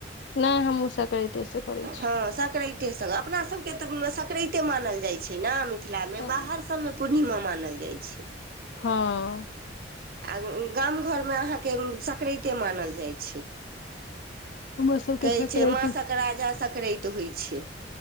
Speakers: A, on the left (about 70°); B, on the right (about 50°).
A: नहि हमस सकरातेसँ अछि
B: हँ सकराइते सब अपना सबके तऽ सकराते मानल जाइ छै ने मिथिलामे
A: हँ
B: बाहर सब मे पूर्णिमा मानल जाइ छै
A: हँ
B: आ गाम घरमे अहाँके सकराते मानल जाइ छै
A: हमर सबके
B: कहै
A: सकराते
B: छै माँके संकराते होइत छै